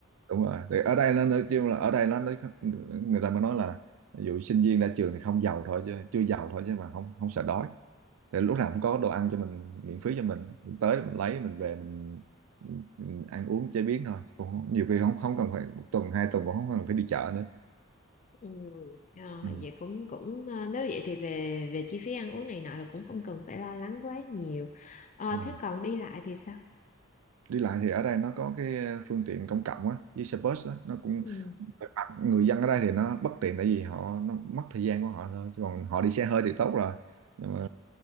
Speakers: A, on the right; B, on the left.
A: đúng rồi thì ở đây nó nói chung là ở đây nó nói người ta mới nói là ví dụ sinh viên ra trường thì không giàu thôi chứ chưa giàu thôi chứ mà không không sợ đói Tại lúc nào cũng có đồ ăn cho mình miễn phí cho mình mình tới mình lấy mình về mình, mình ăn uống chế biến thôi cũng không- nhiều khi không không cần phải một tuần hai tuần cũng không cần phải đi chợ nữa
B: Ừ, ờ,
A: ừ.
B: vậy cũng cũng ờ, nếu vậy thì về về chi phí ăn uống này nọ là cũng không cần phải lo lắng quá nhiều. Ờ,
A: Đúng rồi.
B: thế còn đi lại thì sao?
A: Đi lại thì ở đây nó có cái ờ, phương tiện công cộng á với xe bus á nó cũng
B: Ừ.
A: người dân ở đây thì nó bất tiện tại vì họ nó mất thời gian của họ thôi chứ còn họ đi xe hơi thì tốt rồi nhưng mà